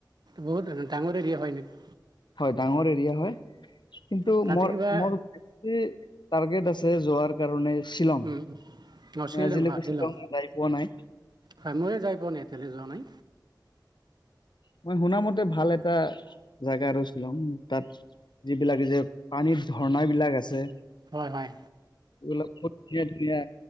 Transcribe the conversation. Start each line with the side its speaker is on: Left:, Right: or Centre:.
Right: বহুত ডাঙৰ এৰিয়া হয় নেকি?
Left: হয় ডাঙৰ এৰিয়া হয় কিন্তু
Right: তাতে
Left: মৰ
Right: কিবা
Left: মৰ বেছি টাৰ্গেট আছি যোৱাৰ কাৰণে শ্বিলং
Right: উম অ
Left: মই
Right: শ্বিলং
Left: আজিলৈকে
Right: হয় শ্বিলং
Left: যাই পোৱা নাই
Right: হয় মই যাই পোৱা নাই এতিয়ালৈ যোৱা নাই
Left: মই শুনা মতে ভাল এটা জোগা ৰৈছিলোঙ তাত যিবিলাক যে পানীৰ ঝৰ্ণ বিলাক আছে
Right: হয় হয়
Left: বহুত ধুনীয়া ধুনীয়া